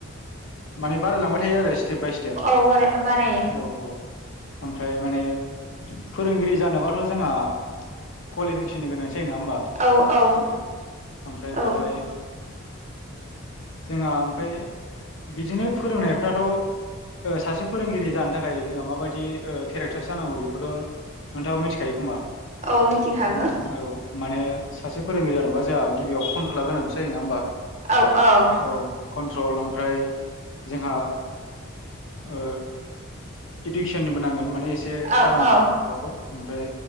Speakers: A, on the left; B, on the right.
A: माने बारायलांबाय थायो आरो इस सिटेप बाय सिटेप
B: हआरे बारेयो
A: औ औ ओमफ्राय माने फोरोंगिरि जानोबाथ' जोङा कुवालिफिकेसननि गोनांथि जायो नङा होमबा ओ
B: औ औ
A: ओमफ्राय
B: औ
A: बेवहाय जोंहा ओमफाय बिदिनो फोरोंनायफ्राथ' ओ सासे फोरोंगिरि जानो थाखाय जोंहा माबायदि ओ केरेक्टार जानांगौ बेखौथ' नोंथाङाबो मिथिखायो खोमा
B: औ मिथिखागौ
A: उम औ माने सासे फोरोंगिरि जानोबा जोंहा गिबियाव कन्ट्रला गोनांथि जायो नङा होमबा
B: औ औ
A: औ कन्ट्रल ओमफ्राय जोंहा ओ इडिक्सनबो नांगोन माने एसे एसे
B: औ
A: गावनि
B: औ
A: माबाखौ आमफ्राय